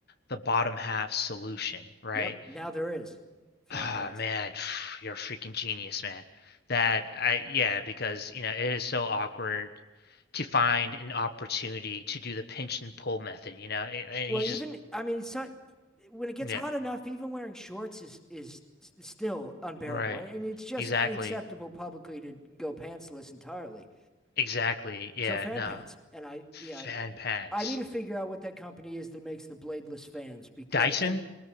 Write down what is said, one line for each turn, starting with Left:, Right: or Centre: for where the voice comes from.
Left: the bottom half solution, right?
Centre: Yep. Now there is fan
Left: Ah,
Centre: pants.
Left: man, <sighs> you're a freaking genius, man. That I yeah, because, you know, it is so awkward to find an opportunity to do the pinch and pull method, you know? It- and
Centre: Well,
Left: he
Centre: even
Left: just
Centre: I mean, so when it gets
Left: yeah,
Centre: hot enough, even wearing shorts is is s- still unbearable,
Left: right.
Centre: and, and it's just
Left: Exactly.
Centre: unacceptable publicly to go pantsless entirely.
Left: Exactly. Yeah,
Centre: So fan
Left: no.
Centre: pants, and I
Left: Fan
Centre: yeah, I
Left: pants.
Centre: I need to figure out what that company is that makes the bladeless fans. Be
Left: Dyson?
Centre: and and